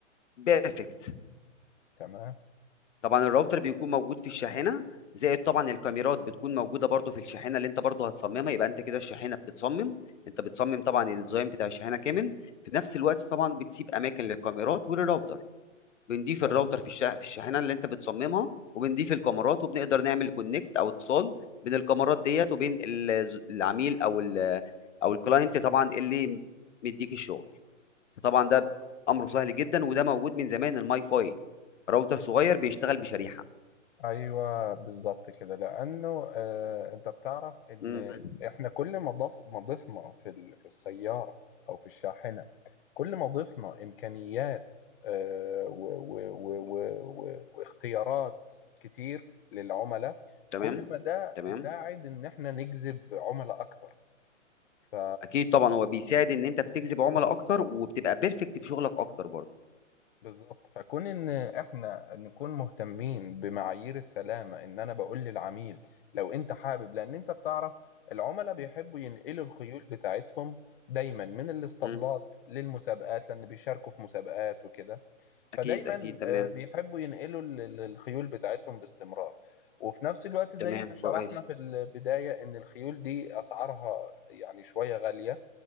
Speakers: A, on the left; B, on the left.
A: بيرفكت
B: تمام
A: طبعا الراوتر بيكون موجود في الشاحنه زائد طبعا الكاميرات بتكون موجوده برضو في الشاحنه اللي انت برضو هتصممها يبقى انت كده الشاحنه بتتصمم انت بتصمم طبعا الديزاين بتاع الشاحنه كامل في نفس الوقت طبعا بتسيب اماكن للكاميرات وللراوتر بنضيف
B: تمام
A: الراوتر في الشا... في الشاحنه اللي انت بتصممها وبنضيف الكاميرات وبنقدر نعمل كونكت او اتصال بين الكاميرات ديت وبين ال- العميل او ال... او الكلاينت طبعا اللي مديك الشغل فطبعا ده امره سهل جدا وده موجود من زمان الماي فاي راوتر صغير بيشتغل بشريحه
B: ايوه بالظبط كده لانه آه انت بتعرف ان
A: مم.
B: احنا كل ما ضف ما ضفنا في ال... في السياره او في الشاحنه كل ما ضفنا امكانيات آه و... و... و... و... و... واختيارات كتير للعملاء
A: تمام
B: كل ما ده
A: تمام
B: ساعد ان احنا نجذب عملاء اكتر ف
A: اكيد طبعا هو بيساعد ان انت بتجذب عملاء اكتر وبتبقى بيرفكت في شغلك اكتر برضه
B: بالظبط فكون ان احنا نكون مهتمين بمعايير السلامه ان انا بقول للعميل لو انت حابب لان انت بتعرف العملاء بيحبوا ينقلوا الخيول بتاعتهم دايما من الاسطبلات
A: مم.
B: للمسابقات لان بيشاركوا في مسابقات وكده فدايما
A: اكيد اكيد تمام
B: آه، بيحبوا ينقلوا ال- ال- الخيول بتاعتهم باستمرار وفي نفس الوقت زي
A: تمام
B: ما
A: كويس
B: شرحنا في البدايه ان الخيول دي اسعارها يعني شويه غاليه